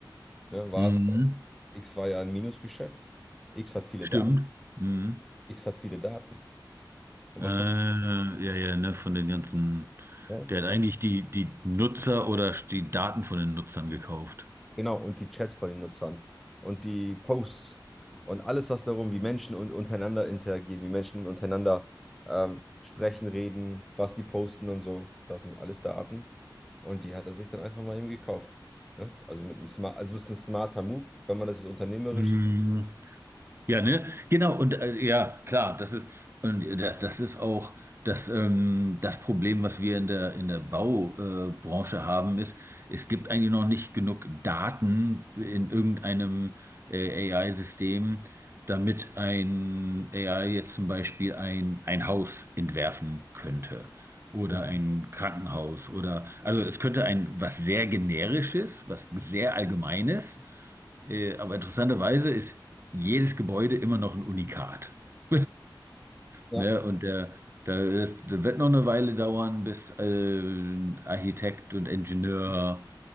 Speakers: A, in the centre; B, on the right.
A: ne, war
B: Mhm.
A: es, X war ja ein Minusgeschäft, X hat viele
B: Stimmt.
A: Daten,
B: Mhm.
A: X hat viele Daten. Und
B: Äh,
A: was
B: ja,
A: macht
B: ja, ne, von den ganzen,
A: er?
B: der hat eigentlich die, die Nutzer oder die Daten von den Nutzern gekauft.
A: Genau, und die Chats von den Nutzern und die Posts und alles, was darum, wie Menschen und untereinander interagieren, wie Menschen untereinander ähm, sprechen, reden, was die posten und so. Das sind alles Daten. Und die hat er sich dann einfach mal eben gekauft. Ne? Also mit einem Smart, also es ist ein smarter Move, wenn man das jetzt unternehmerisch.
B: Mhm. Ja, ne? Genau, und äh, ja, klar, das ist, und äh, das, das ist auch das, ähm, das Problem, was wir in der, in der Baubranche äh, Branche haben, ist, es gibt eigentlich noch nicht genug Daten in irgendeinem äh, AI-System, damit ein AI jetzt zum Beispiel ein, ein Haus entwerfen könnte oder
A: Mhm.
B: ein Krankenhaus oder, also es könnte ein was sehr generisches, was sehr allgemeines äh, aber interessanterweise ist jedes Gebäude immer noch ein Unikat. <laughs>
A: Ja,
B: Ne? Und der, der, das, das wird noch eine Weile dauern, bis äh, ein Architekt und Ingenieur